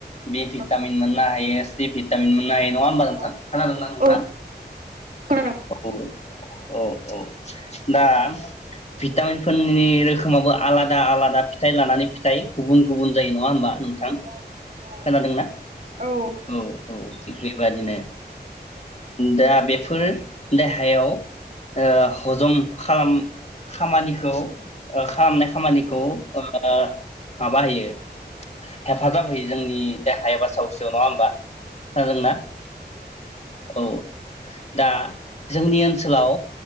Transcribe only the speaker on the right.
औ
औ
औ खोनादों
औ औ खोनादों औ औ
औ